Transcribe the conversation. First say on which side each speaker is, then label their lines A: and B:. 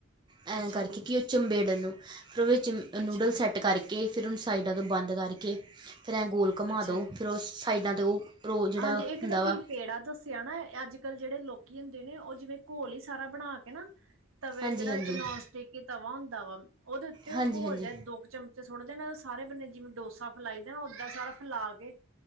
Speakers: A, on the right; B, on the right.
A: ਐ
B: ਅੱਛਾ
A: ਕਰ
B: ਜੀ,
A: ਉਹ ਚੰਬੇੜਨ ਨੂੰ ਫੇਰ ਵਿੱਚ
B: ਅੱਛਾ,
A: ਨੂਡਲ ਸੈੱਟ ਕਰਕੇ ਕੇ ਫਿਰ ਉਹੁੂੰ ਸਾਈਡਾਂ ਤੋਂ ਬੰਦ ਕਰਕੇ ਫੇਰ ਐਂ ਗੋਲ ਕੁਮਾ
B: ਅੱਛਾ
A: ਦੋ
B: ਜੀ।
A: ਫੇਰ ਉਹ ਸਾਈਡਾਂ ਤੋਂ ਉਹ ਰੋ ਜਿਹੜਾ
B: ਹਾਂਜੀ
A: ਹੁੰਦਾ
B: ਇੱਕ ਤਾ ਤੁਹੀ
A: ਵਾ
B: ਪੇੜਾ ਦੱਸ <unintelligible> ਅੱਜ ਕੱਲ੍ਹ ਜਿਹੜੇ ਲੋਕੀ ਹੁੰਦੇ ਨੇ ਉਹ ਜਿਵੇਂ ਘੋਲ ਹੀ ਸਾਰਾ ਬਣਾ ਕੇ ਨਾ ਤਵੇ
A: ਹਾਂਜੀ
B: ਜਿਹੜਾ
A: ਹਾਂਜੀ
B: ਇੱਕ ਨੋਨ ਸਟਿਕੀ ਤਵਾ ਹੁੰਦਾ ਵਾ ਉਹਦੇ ਉੱਤੇ ਉਹ
A: ਹਾਂਜੀ
B: ਘੋਲ
A: ਹਾਂਜੀ
B: ਜਾ ਦੋ ਕੁ ਚਮ ਸੁੱਟਦੇ ਨੇ ਸਾਰੇ ਬੰਨੇ ਜਿਵੇਂ ਡੋਸਾ ਫੈਲਾਈ ਦੇ ਨਾ ਓਦਾਂ ਸਾਰਾ ਫੈਲਾ ਕੇ